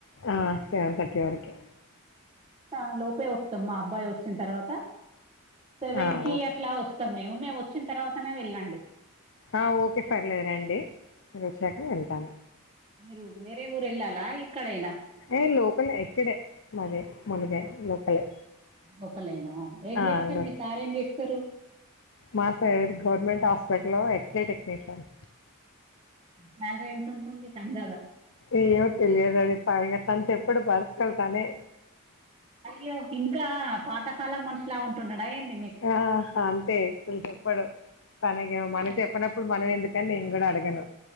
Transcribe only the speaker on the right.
అలోపే వస్తాం మా అబ్బాయి వచ్చిన తర్వాత సెవెన్
కి
అట్లా వస్త వస్తాం మేము వచ్చిన తర్వాతనే వెళ్ళండి
మీరు వేరే ఊరెళ్లల ఇక్కడేనా
లోకలైనా ఏం
చేస్తారు
మీ సార్ ఏం చేస్తారు
శాలరీ ఎంత ఉంటుంది అందత
అయ్యో ఇంకా పాతకాలం మనుషులా ఉంటున్నాడా యిమి
చెప్పాలి
కదా